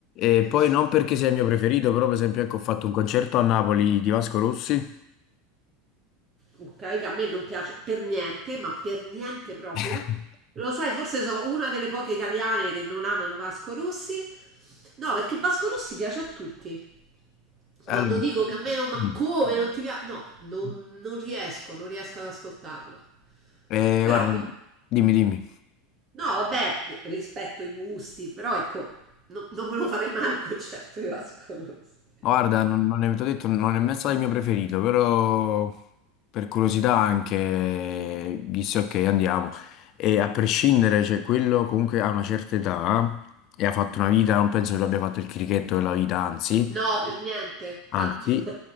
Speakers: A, on the left; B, on the right.
A: E
B: Sì,
A: poi
B: sì.
A: non perché sia il mio preferito, però per esempio ecco, ho fatto un concerto a Napoli di Vasco Rossi.
B: Ok, che a me non piace per niente, ma per niente proprio.
A: <laughs>
B: Lo sai, forse sono una delle poche italiane che non amano Vasco Rossi. No, perché Vasco Rossi piace a tutti. Quando
A: Allora,
B: dico che a me non, ma
A: mm.
B: come non ti piace? No, non, non riesco, non riesco ad ascoltarlo.
A: Eh,
B: Però,
A: guarda, dimmi, dimmi.
B: No, vabbè, rispetto i gusti, però ecco, no- non me lo farei mai un concerto di Vasco Rossi.
A: Guarda, non, non è, t'ho detto, non è mai stato il mio preferito, però per curiosità anche disse ok, andiamo. E a prescindere, cioè, quello comunque ha una certa età e ha fatto una vita, non penso che l'abbia fatto il crichetto della vita, anzi,
B: No, per niente, infatti,
A: anzi,
B: <laughs>